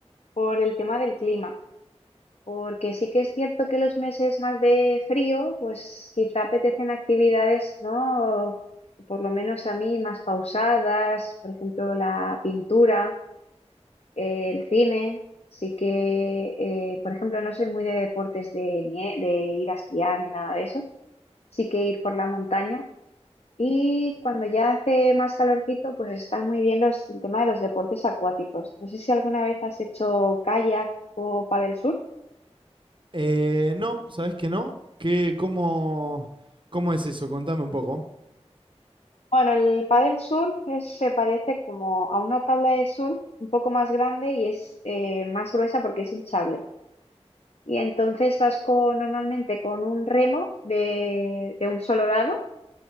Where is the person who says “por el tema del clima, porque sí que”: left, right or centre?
Left